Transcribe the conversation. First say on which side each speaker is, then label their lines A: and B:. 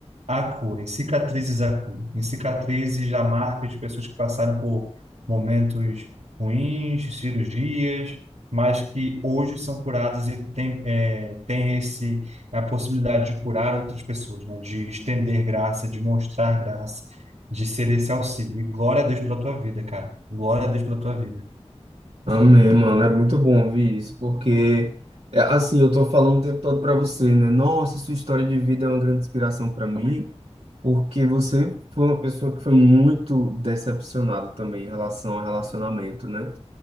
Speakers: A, on the right; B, on the right.
A: a cura, em cicatrizes a cura, em cicatrizes a marca de pessoas que passaram por momentos ruins, cirurgias, mas que hoje são curadas e tem, é, tem esse, a possibilidade de curar outras pessoas, né? De estender graça, de mostrar graça, de ser esse auxílio. E glória a Deus pela tua vida, cara. Glória a Deus pela tua vida.
B: Amém, mano. É muito bom ouvir isso, porque, é, assim, eu tô falando o tempo todo pra você, né? Nossa, sua história de vida é uma grande inspiração pra mim, porque você foi uma pessoa que foi muito decepcionada também em relação ao relacionamento, né?